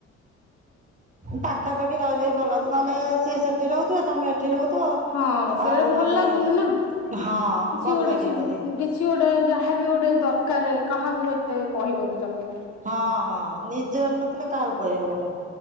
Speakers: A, on the right; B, on the left.
A: ପାଖାପାଖି ରହିଲେ ଭଲ ନହେଲେ ସିଏ ସେ ଠି ରହୁଥିବେ ତମେ ଏଠି ରହୁଥିବ
B: ହଁ ସେଟା
A: ଆଉ
B: ଭଲ
A: ନଏଲେ
B: ଲାଗୁନି ନା
A: ହଁ,
B: କିଛି
A: ଭଲ
B: ଗୋଟେ
A: ଲାଗିବନି।
B: ସୁବି କିଛି ଗୋଟେ ଯାହା ବି ଗୋଟେ ଦରକାରେ କାହାକୁ ଏତେ କହିବ ବି ତମେ।
A: ହଁ ହଁ ନିଜର ନଥିଲେ କାହାକୁ କହିବ ଗୋଟେ।